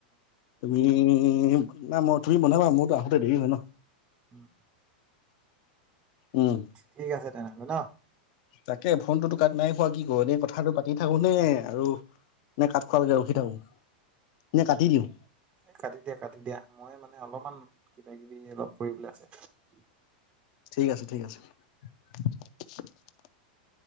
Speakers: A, on the left (about 50°); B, on the right (about 20°).
A: তুমি <unintelligible> মই, তুমি বনাবা, মোৰতো আহোতে দেৰি হয় ন।
B: উম।
A: উম
B: ঠিক আছে তেনেহ'লে ন?
A: তাকে ফোনটোতো কাট নাই খোৱা কি কৰো? এনেই কথাটো পাতি থাকো নে আৰু নে কাট খোৱালৈকে ৰখি থাকো? নে কাটি দিওঁ?
B: এ, কাটি দিয়া কাটি দিয়া। মই মানে অলপমান কিবা কিবি অলপ কৰিবলৈ আছে।
A: ঠিক আছে। ঠিক আছে। <unintelligible>